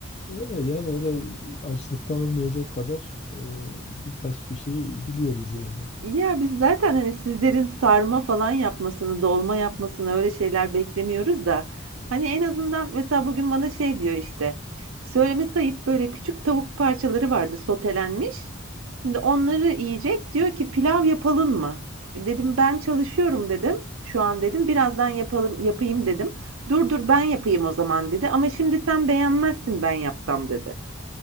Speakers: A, on the left; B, on the right.
A: Öyle yani öyle açlıktan ölmeyecek kadar e, birkaç bir şey biliyoruz yani.
B: Ya biz zaten hani sizlerin sarma falan yapmasını, dolma yapmasını öyle şeyler beklemiyoruz da hani en azından mesela bugün bana şey diyor işte söylemesi ayıp böyle küçük tavuk parçaları vardı sotelenmiş. Şimdi onları yiyecek diyor ki pilav yapalım mı? Dedim ben çalışıyorum dedim. Şu an dedim birazdan yapalım yapayım dedim. Dur dur ben yapayım o zaman dedi. Ama şimdi sen beğenmezsin ben yapsam dedi.